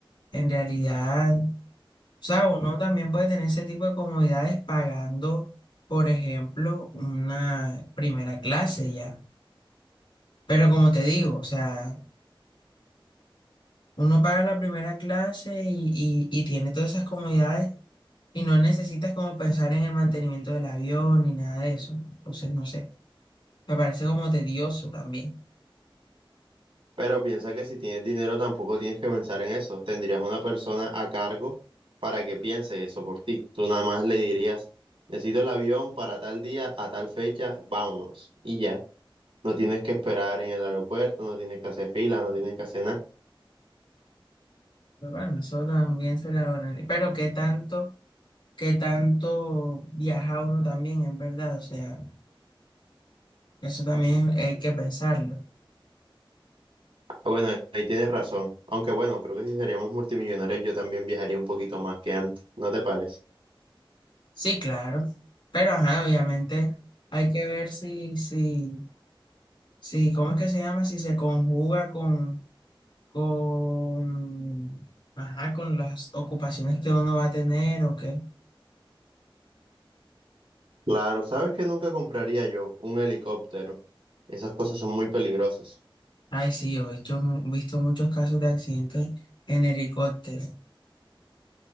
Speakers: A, on the left; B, on the right.
A: en realidad, o sea, uno también puede tener ese tipo de comodidades pagando, por ejemplo, una primera clase ya. Pero como te digo, o sea, uno paga la primera clase y, y, y tiene todas esas comodidades Y no necesitas como pensar en el mantenimiento del avión ni nada de eso. Entonces, no sé, me parece como tedioso también.
B: Pero piensa que si tienes dinero tampoco tienes que pensar en eso. Tendrías una persona a cargo para que piense eso por ti. Tú nada más le dirías, necesito el avión para tal día, a tal fecha, vámonos. Y ya. No tienes que esperar en el aeropuerto, no tienes que hacer fila, no tienes que hacer nada.
A: Pero bueno, eso también se la van a- Pero qué tanto, qué tanto viaja uno también, en verdad. O sea, eso también hay que pensarlo.
B: Ah, Bueno, ahí tienes razón. Aunque bueno, creo que si seríamos multimillonarios yo también viajaría un poquito más que antes. ¿No te parece?
A: Sí, claro. Pero ajá, obviamente hay que ver si, si, si, ¿cómo es que se llama? Si se conjuga con, con, ajá, con las ocupaciones que uno va a tener o qué.
B: Claro, ¿sabes que nunca compraría yo? Un helicóptero. Esas cosas son muy peligrosas.
A: Ay, sí, yo he hecho- he visto muchos casos de accidentes en helicóptero,